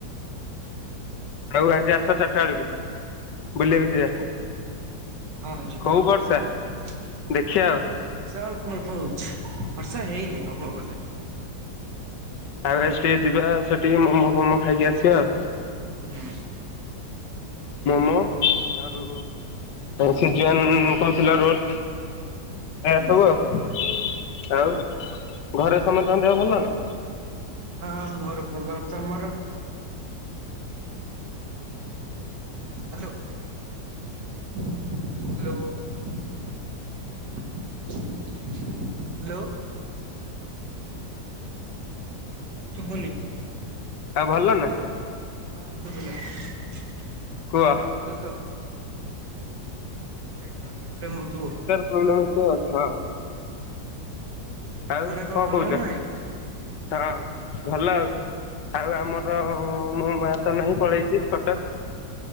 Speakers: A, on the left; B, on the right.
A: ଆଉ ଆଜି ଆସ ଚାରିଟା ବେଳକୁ ବୁଲିବାକୁ ଯିବା।
B: ହଁ ହଁ ଯିବା।
A: ହଉ ବର୍ଷା
B: <unintelligible>
A: ଦେଖିବା ଆଉ।
B: ବର୍ଷା ଅଳ୍ପ ଅଳ୍ପ ହଉଛି। ବର୍ଷା ହେଇନି ହବ ବୋଧେ।
A: ଆଉ ଆଜି ଟିକେ ଯିବା ସେଠିକି ମୋମୋ ପୋସ୍କୋ ଖାଇକି ଆସିବା।
B: ହୁଁ।
A: ମୋମୋ ଆଉ ସିଜୱାନ <unintelligible> ରୋଲ୍। ଏ
B: ହୁଁ।
A: ସବୁ ଆଉ, ଆଉ ଘରେ ସମସ୍ତଙ୍କ ଦେହ ଭଲ ନା?
B: ହଁ ମୋର ଭଲ। ତମର? ହ୍ୟାଲୋ ହ୍ୟାଲୋ ହ୍ୟାଲୋ ଶୁଭୁନି।
A: ଆଉ ଭଲ ନା
B: ଶୁଭିଲା? ହଁ ଶୁଭିଲା। ଶୁଭୁନଥିଲା
A: କୁହ
B: ତ। ନେଟୱାର୍କ ପ୍ରୋବ୍ଲେମ୍ ହଉଥିବ।
A: ପ୍ରୋବ୍ଲେମ୍ ହଉଛି ତ ହଁ। ଆଉ
B: ଘରେ
A: କଣ
B: ଭଲ
A: କହୁଛ?
B: ନା ନାଇଁ?
A: ହଁ ଭଲ ଆଉ। ଆଉ ଆମର ମୋ ମାଆ ତ ନାହିଁ, ପଳେଇଛି କଟକ।